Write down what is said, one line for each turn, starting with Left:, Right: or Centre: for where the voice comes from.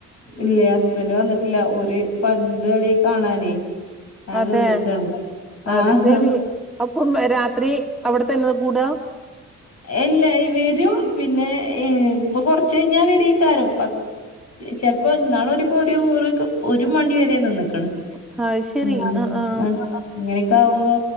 Left: ഇല്ല ഹസ്ബന്റ് വന്നിട്ടില്ല. ഓര് പന്ത് കളി കാണാനേ അങ്ങനെ
Centre: അതേ?
Left: നിന്ന്ക്കാണ്. ആഹ്
Centre: അത് ശരി. അപ്പം രാത്രി അവിടെത്തന്നെയാ കൂടാ?
Left: എല്ല വരും. പിന്നെ ഇപ്പൊ കൊറച്ച് കയിഞ്ഞാ വരേക്കാരം. ചെലപ്പോ ഇന്നാളൊരുക്കൊരു ഒരു ഒരു മണി വരെ നിന്ന്ക്ക്‌ണ്.
Centre: അത് ശെരി
Left: ഉം.
Centre: ആഹ് ആഹ്
Left: അഹ്. ഇങ്ങനെയൊക്കെ ആവുമ്പോ